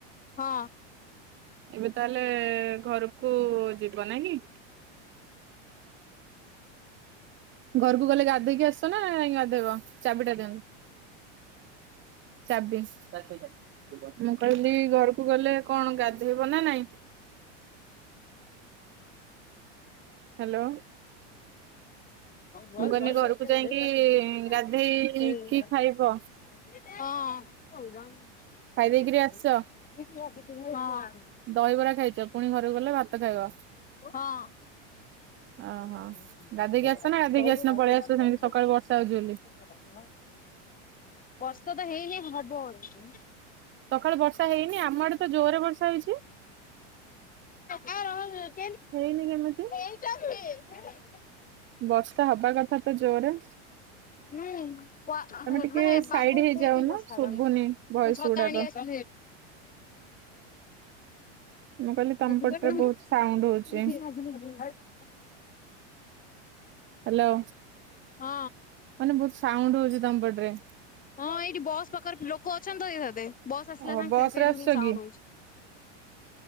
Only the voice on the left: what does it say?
ହଁ
<unintelligible>
ହଁ
ହଁ
ହଁ। <unintelligible>
ବର୍ଷା ତ ହେଇନି ହବ ବଧେ।
<unintelligible>
<unintelligible>
ହୁଁ ପା ହଁ
ମାନେ ପାଗ
ଉଠେଇଚି
ବର୍ଷା
ପାଗ
ମୁଁ ଛତା
ଆଣିଆସ
<unintelligible>
<unintelligible>
ହଁ।
ହଁ ଏଇଠି ବସ୍ ପାଖରେ ଲୋକ ଅଛନ୍ତି ତ ଏଇ ସାଥେ ବସ୍ ଆସିଲା
ସାଙ୍ଗେ
ସାଙ୍ଗେ ସେଇ
ଯଗୁ
ସାଉଣ୍ଡ
ହଉଚି।